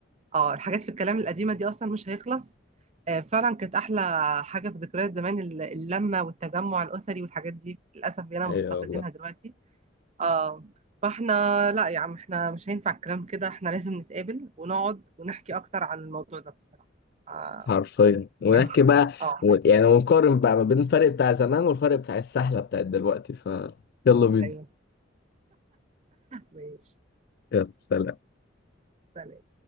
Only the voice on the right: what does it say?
اه الحاجات في الكلام القديمه دي اصلا مش هيخلص آه، فعلا كانت احلى حاجه في ذكريات زمان ال- اللمه والتجمع الاسري والحاجات دي للاسف بقينا
مفتقدينها
دلوقتي اه فاحنا لا يا عم احنا مش هينفع الكلام كده احنا لازم نتقابل ونقعد ونحكي اكتر عن الموضوع ده بصراحه آه
يعني
اه
ايوه ماشي
سلام